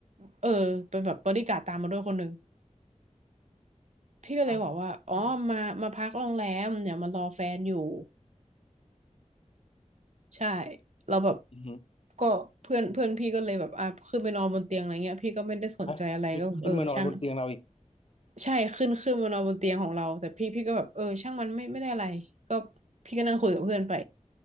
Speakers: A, on the right; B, on the left.
A: เออเป็นแบบบอดี้การ์ดตามมาด้วยคนหนึ่งพี่ก็เลยบอกว่าอ๋อมามาพักโรงแรมเนี่ยมารอแฟนอยู่
B: อ่ะ
A: ใช่แล้วแบบ
B: อือฮึ
A: ก็เพื่อนเพื่อนพี่ก็เลยแบบอ่ะขึ้นไปนอนบนเตียงอะไรเงี้ยพี่ก็ไม่ได้สนใจอะไรก็แบบเออช่าง
B: ฮะขึ้นขึ้นมานอนบนเตียงเราอีก
A: ใช่ขึ้นขึ้นมานอนบนเตียงของเราแต่พี่พี่ก็แบบเออช่างมันไม่ไม่ได้อะไรก็พี่ก็นั่งคุยกับเพื่อนไป